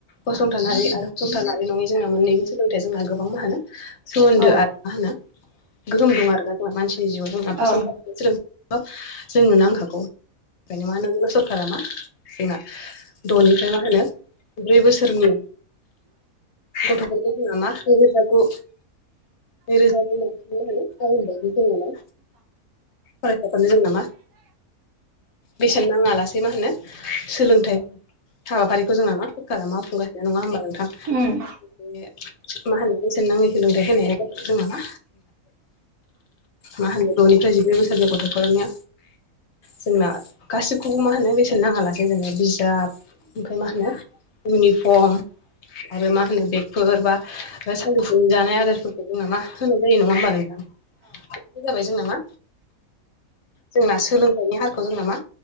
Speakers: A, on the left; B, on the right.
A: फसंथानारि आरो फसंथानारि नङै जोंना मोननैबो सोलोंथाइया जोंना गोबां मा होनो सोमोन्दो
B: उम औ
A: आरो मा होनो गोहोम दं आरोना जोंहा मानसिनि जिउआव जोंना फसंथान
B: औ
A: सोलोंथाय जोंनो नांखागौ बेखायनो मा होनो सरखारा मा जोंना द'निफ्राय मा होनो ब्रै बोसोरनि गथ'फोरखौबो जोंना मा नैरोजा गु नैरोजा द' मा होनो जोंना मा फरायसाफोरनो जोंना मा बेसेन नाङालासेै मा होनो सोलोंथाइ हाबाफारिखौ जोंना मा सोररखारा मावफुंगासिनो नङा होमबा नोंथां।
B: उम
A: बे मा होनो बेसेन नाङै सोलोंथाय होनाया जोंना मा मा होनो द'निफ्राय जिब्रै बोसोरनि गथ'फोरनिया जोंना गासिखौबो मा होनो बे नाङा लासेै जोङो बिजाब ओमफ्राय मा होनो इउनिफर्म आरो मा होनो बेगफोर बा सानजौफुनि जानाय आदारफोरखौ मा होनाय जायो नङा होमबा नोंथां। हारसिं जाबाय जों नामा जोंना सोलोंथाइनि हारखौ जोंना मा